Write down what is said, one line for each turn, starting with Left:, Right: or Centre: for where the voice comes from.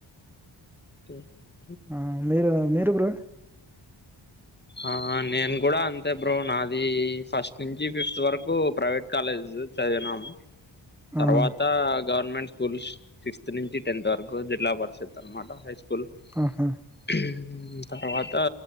Left: ఓకే
Centre: ఆ మీరు మీరు బ్రో
Left: ఆ నేను కూడా అంతే బ్రో నాది ది ఫస్ట్ నుంచి ఫిఫ్త్ వరకు కు ప్రైవేట్ కాలేజ్స్ చదివినాం తర్వాతా
Centre: ఆహా
Left: గవర్నమెంట్ స్కూల్స్ ఫిఫ్త్ నుంచి టెన్త్ వరకు జిల్లా పరిషత్ అనమాట హై స్కూల్ కుల్
Centre: ఆహా
Left: మ్మ్ తర్వాత